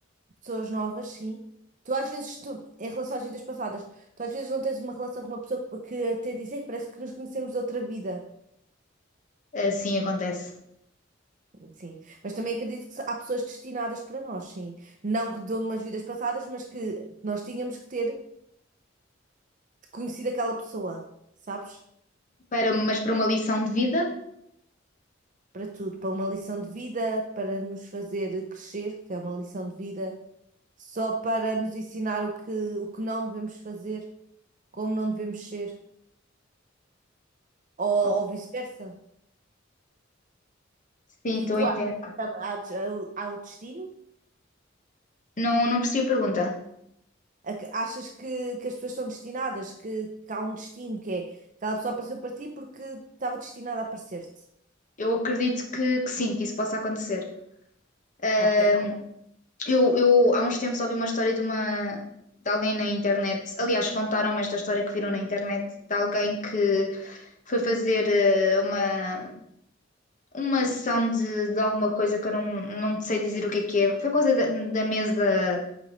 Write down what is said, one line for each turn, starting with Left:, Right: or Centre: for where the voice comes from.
Right: Pessoas novas, sim. Tu às vezes, tu, em relação às vidas passadas, tu às vezes não tens uma relação com uma pessoa que, que até diz, "Ei, parece que nos conhecemos de outra vida.
Left: assim acontece.
Right: Sim. Mas também acredito que há pessoas destinadas para nós, sim. Não que de umas vidas passadas, mas que nós tínhamos que ter conhecido aquela pessoa, sabes?
Left: Para, mas para uma lição de vida,
Right: Para tudo, para uma lição de vida, para nos fazer crescer, que é uma lição de vida, só para nos ensinar o que, o que não devemos fazer, como não devemos ser, ou
Left: oh,
Right: ou vice-versa.
Left: sim,
Right: E
Left: estou
Right: tu
Left: a entender.
Right: achas que tam- há, des- há o destino?
Left: Não, não percebi a pergunta.
Right: A que- Achas que, que as pessoas estão destinadas? Que, que há um destino que é aquela pessoa apareceu para ti porque estava destinada a aparecer-te?
Left: Eu acredito que, que sim, que isso possa acontecer. Ahm,
Right: Ok.
Left: eu, eu há uns tempos ouvi uma história de uma de alguém na internet. Aliás, contaram-me esta história que viram na internet de alguém que foi fazer eh, uma uma sessão de, de alguma coisa que eu não, não sei dizer o que é que é. Foi coisa da, da mesa